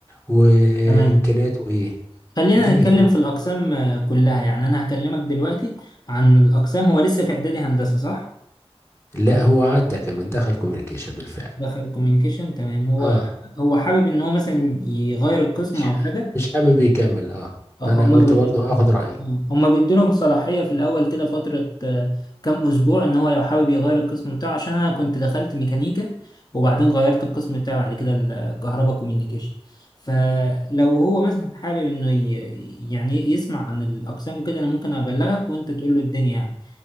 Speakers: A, on the left; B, on the left.
A: وامكانياته
B: تمام
A: ايه
B: خلينا
A: اديني
B: نتكلم
A: فكره
B: في الاقسام آه، كلها يعني انا هكلمك دلوقتي عن الاقسام هو لسه في اعدادي هندسة صح؟
A: لا هو عدى كمان دخل كوميونيكيشن بالفعل
B: دخل كوميونيكيشن تمام هو
A: اه
B: هو حابب ان هو مثلا يغير القسم
A: مش
B: او حاجة
A: مش حابب يكمل اه
B: عشان
A: فانا قلت برضو اخد رايك
B: مم. هما بيدولهم صلاحية في الأول كده فترة آه، كام أسبوع إن هو لو حابب يغير القسم بتاعه عشان أنا كنت دخلت ميكانيكا وبعدين غيرت القسم بتاعي بعد كده الكهرباء كوميونيكيشن فلو هو مثلا حابب إنه ي- يعني يسمع عن الأقسام وكده أنا ممكن أبلغك وأنت تقول له الدنيا يعني.